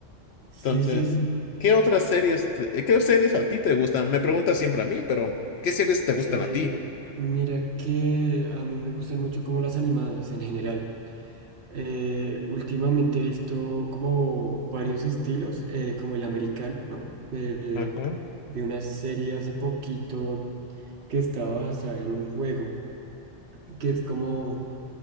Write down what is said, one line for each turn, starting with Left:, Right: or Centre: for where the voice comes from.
Right: Sí,
Left: Entonces,
Right: sí,
Left: ¿qué otras series, te- qué series a ti te gustan? Me preguntas siempre a mí, pero ¿qué series te
Right: eh,
Left: gustan a ti?
Right: mira que a mí me gustan mucho como las animadas en general. Eh, últimamente he visto como varios estilos, eh, como el americano. Eh,
Left: Ajá.
Right: vi una serie hace poquito que estaba basada en un juego, que es como